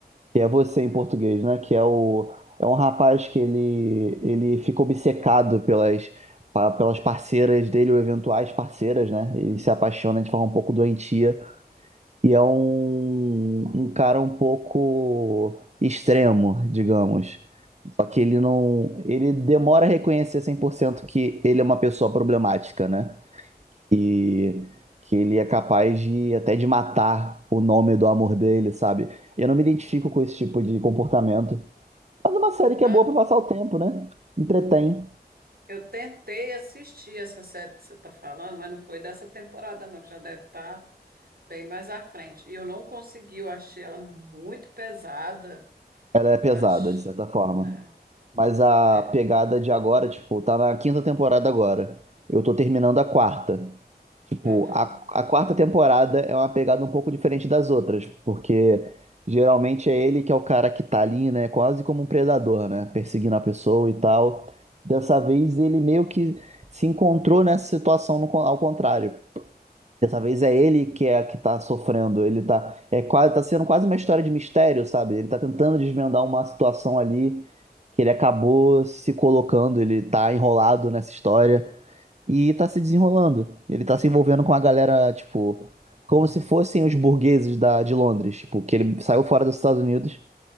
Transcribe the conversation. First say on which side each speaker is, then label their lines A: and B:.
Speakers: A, on the right (about 40°); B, on the right (about 65°).
A: Que é você
B: Ah,
A: em português, né? Que é o é um rapaz que ele ele fica obcecado pelas pa- pelas parceiras dele ou eventuais parceiras, né? Ele se apaixona de forma um pouco doentia e é um um cara um pouco extremo, digamos. Só que ele não ele demora a reconhecer 100% que ele é uma pessoa problemática, né? E que ele é capaz de até de matar o nome do amor dele, sabe? Eu não me identifico com esse tipo de comportamento. Mas é uma série que
B: Ah,
A: é boa pra passar o tempo, né? Entretém.
B: eu tentei assistir essa série que você está falando, mas não foi dessa temporada, não, que já deve estar bem mais à frente. E eu não consegui, eu achei ela muito pesada.
A: Ela é pesada,
B: Acho,
A: de certa forma.
B: né?
A: Mas a
B: É.
A: pegada de agora, tipo, tá na quinta temporada agora. Eu tô terminando
B: Ah,
A: a quarta. Tipo,
B: Aham.
A: a, a quarta temporada é uma pegada um pouco diferente das outras, porque geralmente é ele que é o cara que tá ali, né? Quase como um predador, né? Perseguindo a pessoa e tal. Dessa vez ele meio que se encontrou nessa situação no con- ao contrário. Dessa vez é ele que é que tá sofrendo. Ele tá, é quase, tá sendo quase uma história de mistério, sabe? Ele tá tentando desvendar uma situação ali que ele acabou se colocando, ele tá enrolado nessa história e tá se desenrolando. Ele tá se envolvendo com a galera, tipo, como se fossem os burgueses da, de Londres, tipo, que ele saiu fora dos Estados Unidos,